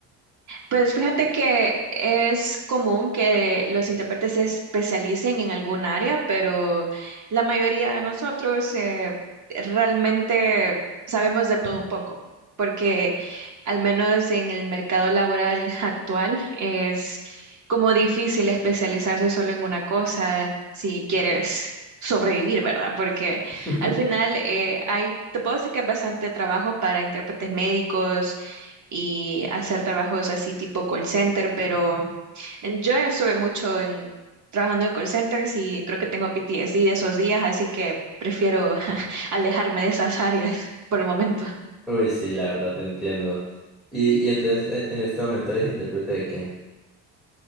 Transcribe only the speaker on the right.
Pues fíjate que es común que los intérpretes se especialicen en algún área, pero la mayoría de nosotros eh, realmente sabemos de todo un poco, porque al menos en el mercado laboral <laughs> actual es como difícil especializarse solo en una cosa si quieres sobrevivir, ¿verdad? Porque
al final eh, hay, te puedo decir que hay bastante trabajo para intérpretes médicos y hacer trabajos así tipo call center, pero yo estuve mucho en trabajando en call centers y creo que tengo PTSD de esos días, así que prefiero <laughs> alejarme de esas áreas por el momento.